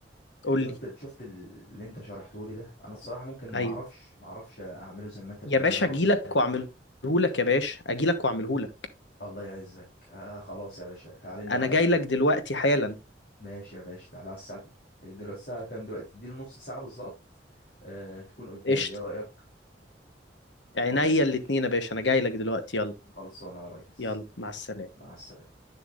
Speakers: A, on the left; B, on the left.
A: قول
B: شفت
A: لي
B: ال- شفت ال- اللي انت شرحته لي ده انا الصراحه ممكن
A: ايوه
B: ما اعرفش ما اعرفش اعمله زي ما انت بتعمله
A: يا باشا
B: او
A: اجي
B: بالطريقه
A: لك واعمله لك يا باشا اجي لك واعمله لك
B: الله يعزك آه خلاص يا باشا تعالى لي
A: انا
B: على الاخر
A: جاي لك دلوقتي حالا
B: ماشي يا باشا تعالى على الساعه دلوقتي الساعه كام دلوقتي اديني نص ساعه بالظبط آه تكون قدامي
A: قشطه
B: ايه رايك خلاص
A: عينيا الاتنين
B: ماشي
A: يا باشا انا جاي لك دلوقتي يلا
B: خلصانه يا ريس
A: يلا مع السلامة
B: مع السلامه